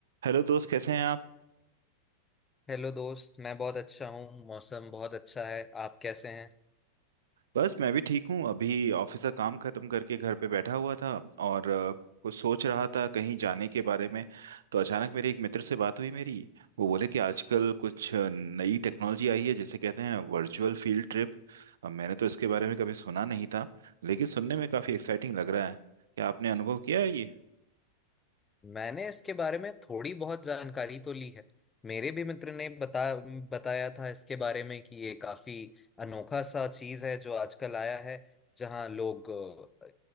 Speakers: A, on the right; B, on the left.
A: Hello दोस्त कैसे हैं आप
B: Hello दोस्त मैं बहुत अच्छा हूँ मौसम बहुत अच्छा है आप कैसे हैं
A: बस मैं भी ठीक हूँ अभी ऑफिस का काम खत्म करके घर पे बैठा हुआ था और अ, कुछ सोच रहा था कहीं जाने के बारे में तो अचानक मेरे एक मित्र से बात हुई मेरी वो बोले कि आजकल कुछ अ, नई टेक्नोलॉजी आई है जिसे कहते हैं वर्चुअल फील्ड ट्रिप अब मैंने तो इसके बारे में कभी सुना नहीं था लेकिन सुनने में काफ़ी एक्साइटिंग लग रहा है क्या आपने अनुभव किया है ये
B: मैंने इसके बारे में थोड़ी बहुत जानकारी तो ली है मेरे भी मित्र ने बता बताया था इसके बारे में कि ये काफी अनोखा सा चीज है जो आजकल आया है जहां लोग अ,